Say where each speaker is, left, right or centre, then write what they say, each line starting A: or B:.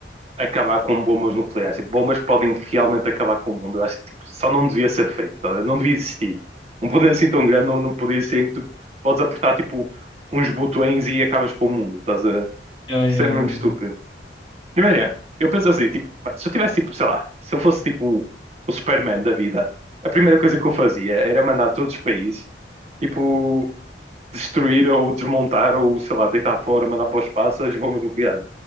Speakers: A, on the right; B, on the left.
A: acabar com bombas nucleares. Tipo, bombas podem realmente acabar com o mundo. Eu acho que tipo, só não devia ser feito, tá? a ver? não devia existir. Um poder assim tão grande não, não podia ser em que tu podes apertar tipo uns botões e acabas com o mundo. Estás a...
B: Yeah, yeah,
A: Isso é
B: yeah.
A: mesmo estúpido. Imagina, eu penso assim, tipo, mano, se eu tivesse tipo, sei lá, se eu fosse tipo o Superman da vida, a primeira coisa que eu fazia era mandar todos os países, tipo, destruir ou desmontar ou, sei lá, deitar fora, mandar para o espaço as bombas nucleares.